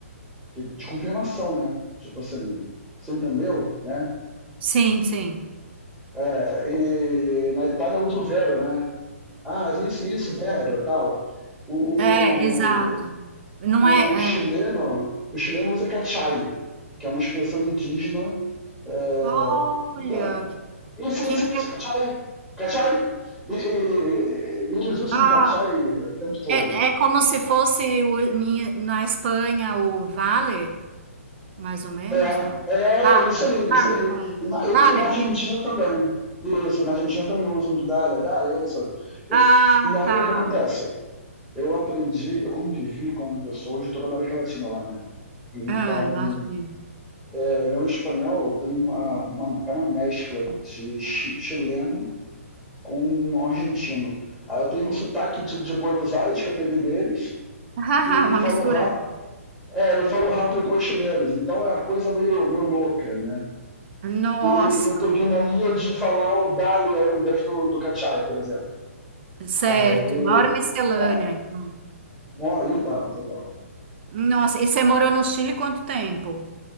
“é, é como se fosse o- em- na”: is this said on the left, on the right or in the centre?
Right